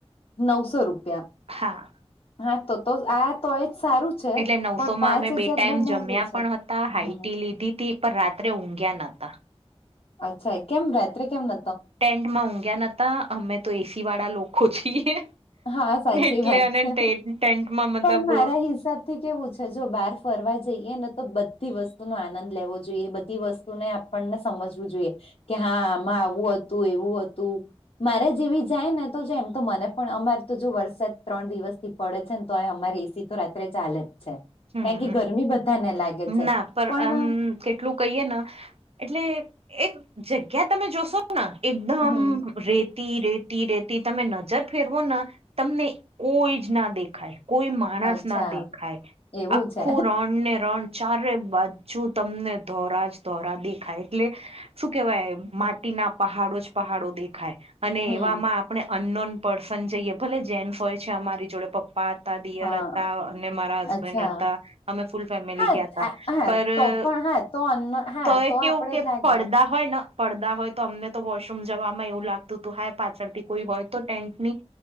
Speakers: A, on the left; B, on the right.
A: નવસો રૂપિયા.
B: હા
A: હા તો તો આ તો એજ સારું છે
B: એટલે નવસોમાં
A: પણ પાંચ
B: અમે બે
A: હજાર
B: ટાઈમ
A: બહુ
B: જમ્યા
A: મોંઘુ છે
B: પણ હતા, હાઇટી
A: હમ
B: લીધી તી પણ રાત્રે ઊંઘ્યા નતા.
A: અચ્છા કેમ રાત્રે કેમ ન
B: ટેન્ટમાં ઊંઘ્યા નતા, અમે તો એ સી વાળા લોકો છીએ.
A: હા સાચી
B: એટલે
A: વાત
B: અને
A: છે,
B: ટેન્ટમાં મતલબ
A: પણ મારા હિસાબ થી કેવું છે જો બહાર ફરવા જઈએ ને તો બધી વસ્તુનો આનંદ લેવો જોઈએ, બધી વસ્તુને આપ ણને સમજવું જોઈએ કે હા આમાં આવું હતું, એવું હતું મારે જેવી જાય ને તો છે એમ તો મને પણ અમારે તો જો વરસાદ ત્રણ દિવસથી પડે છે ને તોય અમારે એ સી તો રાત્રે ચાલે જ છે.
B: હમ
A: ક્યાં કે ગરમી બધાને લાગે
B: ના
A: છે
B: પર
A: પણ
B: આમ
A: અહ
B: કેટલું કહીએ ને એટલે એ જગ્યા તમે જોશોના એકદમ
A: હમ
B: રેતી રેતી રેતી તમે નજર ફેરવો ના તમને કોઈ જ ના દેખાય, કોઈ માણસ
A: અચ્છા
B: ના દેખાય.
A: એવું
B: આખું
A: છે
B: રણને રણ ચારે બાજુ તમને ધોરા જ ધોરા દેખાય એટલે શું કેવાય માટીના પહાડો જ પહાડો દેખાય. અને
A: હમ
B: એવામાં આપણે અનનોન પર્સન જઈએ, ભલે જેન્સ હોય છે અમારી જોડે પપ્પ પા હતા દિયર
A: હા
B: અને મારા હસબ
A: અચ્છા
B: બેન્ડ હતા, અમે ફૂલ ફેમિલી
A: હા
B: ગયા તા,
A: આ- હા
B: પર
A: તો
B: અહ
A: પણ હા તો અન્ન હા
B: તો એ કેવું
A: આપડે
B: કે
A: જ લાગે
B: પડદા પડદા હોય પડદા હોય તો અમને તો વોશરૂમ જવામાં એવું લાગતું હતું હાય પાછળથી કોઈ હોય તો ટેન્ટની